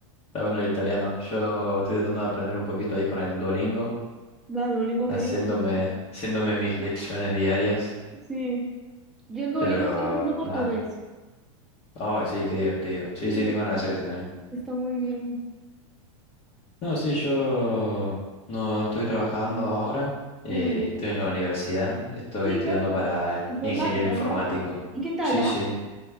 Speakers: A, on the left; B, in the centre.
A: está bueno el italiano. Yo estoy tratando de aprender un poquito ahí con el Duolingo,
B: Va, Duolingo,
A: haciéndome,
B: qué divertido.
A: haciéndome mis lecciones diarias,
B: Sí, yo en Duolingo
A: pero
B: estoy haciendo portugués.
A: nada. Ay, sí, qué divertido. Sí,
B: Sí,
A: sí, tengo ganas de hacer eso también.
B: está muy bien.
A: No, sí, yo no, no estoy trabajando ahora. eh,
B: Mm.
A: estoy en la universidad, estoy
B: Sí,
A: estudiando
B: ¿qué,
A: para
B: Informática,
A: ingeniero informático.
B: ¿no? ¿Y qué tal,
A: Sí,
B: ah?
A: sí.